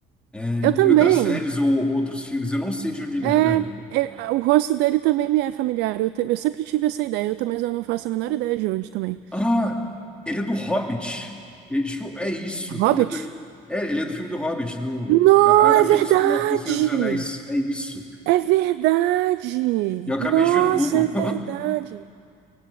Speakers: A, in the centre; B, on the right.
A: É,
B: Eu
A: em
B: também.
A: outras séries ou outros filmes, eu não sei de onde ele
B: É,
A: é, velho.
B: é, o rosto dele também me é familiar. Eu, te- eu sempre tive essa ideia, eu, também- mas eu não faço a menor ideia de onde também.
A: Ah, ele é do Hobbit. Ele- tipo, é isso.
B: Hobbit?
A: Ele é do, é, ele é do filme do Hobbit, do,
B: Não,
A: a- a- aquele
B: é verdade!
A: spin-off do Senhor dos Anéis. É isso.
B: É verdade!
A: E eu acabei
B: Nossa,
A: de ver no Google.
B: é verdade!